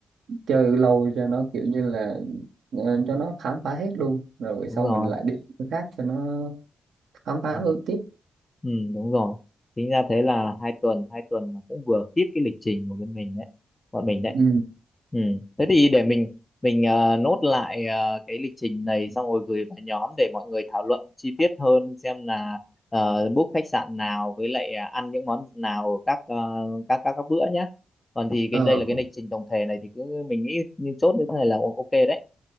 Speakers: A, on the right; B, on the left.
A: chơi lâu cho nó kiểu như là ờ, cho nó khám phá hết luôn rồi buổi
B: đúng
A: sau
B: rồi
A: mình lại đi chỗ khác cho nó khám phá
B: Ừ.
A: thôi tiếp
B: Ừ, đúng rồi. Tính ra thế là hai tuần, hai tuần là cũng vừa kịp cái lịch trình của bên mình đấy, bọn mình đấy.
A: ừ
B: Ừ. Thế thì để mình mình ờ, nốt lại ờ, cái lịch trình này xong rồi gửi vào nhóm để mọi người thảo luận chi tiết hơn xem là ờ, book khách sạn nào với lại à, ăn những món nào ở các ờ, các các các bữa nhé. Còn thì cái
A: ờ
B: đây là cái lịch trình tổng thể này thì cứ mình nghĩ như chốt như thế này là o- ok đấy.